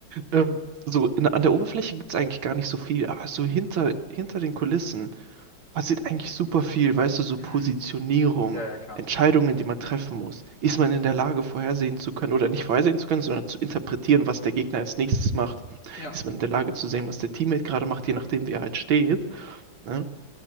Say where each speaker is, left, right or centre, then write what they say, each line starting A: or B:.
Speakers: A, on the right (about 75°); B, on the left (about 40°).
A: ähm, so in, an der Oberfläche gibt es eigentlich gar nicht so viel, aber so hinter, hinter den Kulissen passiert eigentlich super viel, weißt du, so
B: Mhm.
A: Positionierung,
B: Ja, ja, klar.
A: Entscheidungen, die man treffen muss. Ist man in der Lage, vorhersehen zu können oder nicht vorhersehen zu können, sondern zu interpretieren, was der Gegner als nächstes macht?
B: Ja,
A: Ist man in der Lage zu sehen, was der Teammate gerade macht, je nachdem, wie er halt steht? Ne?